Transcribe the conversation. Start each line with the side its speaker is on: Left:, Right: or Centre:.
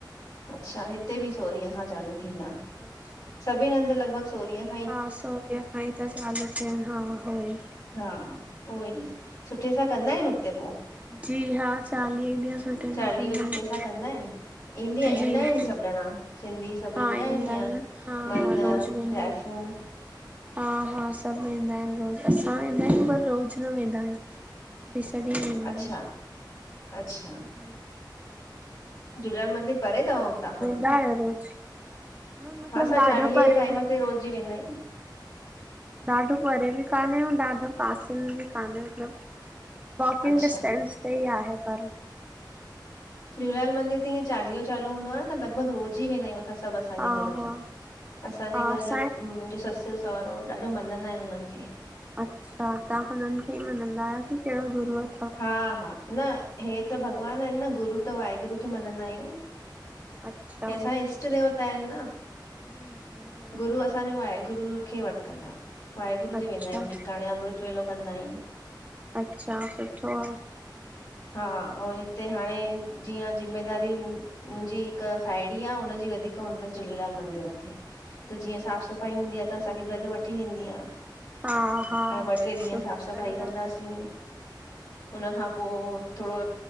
Left: अच्छा हिते बि सोरीअ खां चालू थींदा।
Right: अच्छा
Left: सभिनी हन्दि लॻभग सोरिंहं
Right: हा सोरींहं खां ई त चालू थिया आहिनि।
Left: हा उहोई सुठे सां कंदा आहिनि हुते पोइ?
Right: जी हा चालीह ई ॾींहं। सुठे
Left: चालीहो
Right: सां कंदा
Left: सुठे
Right: आहिनि
Left: सां कंदा आहिनिं ईंदी-
Right: जी
Left: ईंदा आहिनि
Right: जी।
Left: सभु ॼणा सिंधी? सभु
Right: हा
Left: ईंदा आहिनि ईअं
Right: हा
Left: मर्द
Right: हा रोज़ वेंदा
Left: जाइफूं?
Right: आहिनि। हा हा सभु वेंदा आहिनि रोज़ु, असां वेंदा आहियूं पर रोज़ न वेंदा आहियूं। ॾीस बि वेंदा
Left: अच्छा
Right: आहियूं <unintelligible>
Left: अच्छा
Right: जी
Left: झूलेलाल मंदिर परे अथव हुतां खां?
Right: यार रोज़ <unintelligible> न मतलब
Left: हा असां
Right: ॾाढो
Left: चालीहेें
Right: परे
Left: जे टाइम
Right: बि
Left: ते रोज़ ई वेंदा आहियूं।
Right: ॾाढो परे बि कान्हे ऐं ॾाढो पासे में बि कान्हे मतिलबु वॉकिंग
Left: अच्छा
Right: डिस्टेंस ते ई आहे पर
Left: झूलेलाल मंदर त इंअ चालीहो चालू हूंदो आहे न लॻभॻि रोज़ ई वेंदा आहियूं असां सभु। असांजे
Right: हा हा
Left: घर जा, असांजे
Right: हा
Left: घर
Right: असांजे
Left: जा मुंहिंजो ससु- सहुरो ॾाढो मञंदा आहिनि उन्हनि खे।
Right: अच्छा तव्हां हुननि खे ई मञंदा आहियो कि कहिड़ो गुरूअ
Left: हा हा न हे त भॻवान आहिनि न गुरू त वाहेगुरू खे मञंदा आहियूं।
Right: अच्छा
Left: हे असांजा इष्ट देवता आहिनि न
Right: जी जी उहोई
Left: गुरू असां असांजो वाहेगुरु खे वतलु आ, वाहेगुरु
Right: अच्छा
Left: ते वेंदा आहियूं टिकाणे अमृत वेलो कंदा आहियूं।
Right: अच्छा, सुठो आ।
Left: हा और हिते हाणे जीअं ज़िमेदारी हु मुंहिंजी हिक साहेड़ी आ, हुनजी वधीक उन थसि झूलेलाल मंदर ते त जीअं साफ़ सफ़ाई हूंदी आ त असांखे गॾु वठी वेंदी आ।
Right: हा हा
Left: हाण ॿ,
Right: सु
Left: टे ॾींहं साफ़ सफ़ाई
Right: सही
Left: कंदासीं
Right: आ
Left: हुनखा पोइ थोरो